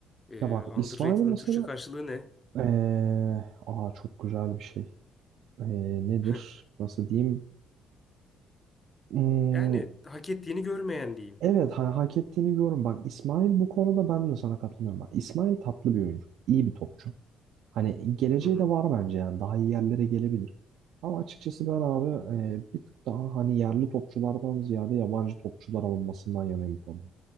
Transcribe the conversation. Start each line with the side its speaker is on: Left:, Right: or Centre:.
Left: e,
Right: Ya bak
Left: underrated'ın
Right: İsmail mesela
Left: Türkçe karşılığı ne?
Right: ee, aa çok güzel bir şey. Ee, nedir?
Left: <laughs>
Right: Nasıl diyeyim? Hmm,
Left: Yani hak ettiğini görmeyen diyeyim.
Right: Evet hani hak ettiğini görüyorum. Bak İsmail bu konuda ben de sana katılmıyorum. Bak İsmail tatlı bir oyuncu. iyi bir topçu. Hani geleceği
Left: Hı hı.
Right: de var bence yani. Daha iyi yerlere gelebilir. Ama açıkçası ben abi e, bir tık daha hani yerli topçulardan ziyade yabancı topçular alınmasından yanayım bu konuda.